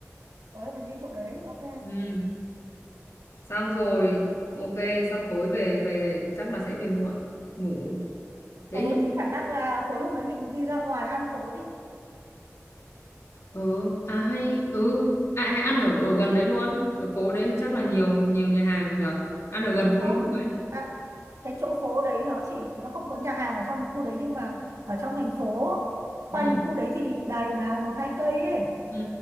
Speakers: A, on the right; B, on the left.
A: tối mình đi chỗ đấy ok
B: ừ xong rồi ok xong tối về về chắc là sẽ về muộn ngủ thế
A: tối
B: thì
A: thì khả năng là tối hôm đấy mình đi ra ngoài ăn tối đi
B: ờ à hay ừ à hay ăn ở, ở gần đấy luôn ở phố đấy thì chắc là nhiều nhiều nhà hàng nhở ăn ở gần
A: không
B: phố đi bộ ấy
A: à, cái chỗ phố đấy nó chỉ nó không có nhà hàng ở trong cái khu đấy nhưng mà ở trong thành phố quanh
B: ừ
A: cái khu đấy thì đầy mà một hai cây ấy
B: ừ